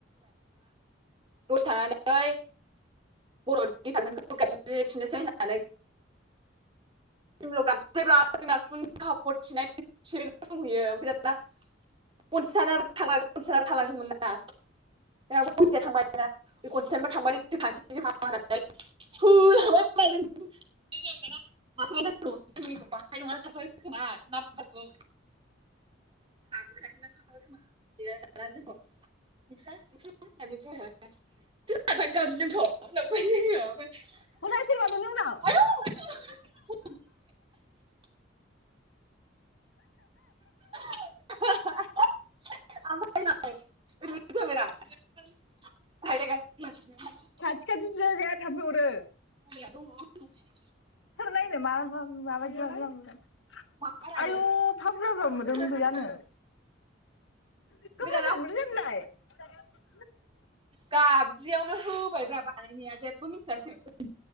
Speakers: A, on the right; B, on the left.
A: थानानै बर' दिपार्टमेन्टखौ गाबज्रिफिननोसै होननानै <unintelligible> <unintelligible> <unintelligible> <inaudible> थालांदोंमोन ना <unintelligible> <unintelligible> माष्टारा जोंखौ जोंनिखौ बाहाय नङा सानखाबाय खोमा नामफोरखौ। <unintelligible> <unintelligible>
B: हनै सोर मादों नोंनाव
A: <unintelligible> <unintelligible>
B: खाथि खाथि जिरायजाया थाम्फै अरो।
A: <unintelligible>
B: खोरो नायनो मा मा माबायदि <unintelligible>
A: माबारानो
B: आयु फा बुरा फुरा मोनदों
A: ओमफ्राय
B: गैयानो। <unintelligible>
A: दाना
B: <unintelligible>
A: गाबज्रियावनो होबायब्रा बानायनाया जेब्बो मि दाखिन्था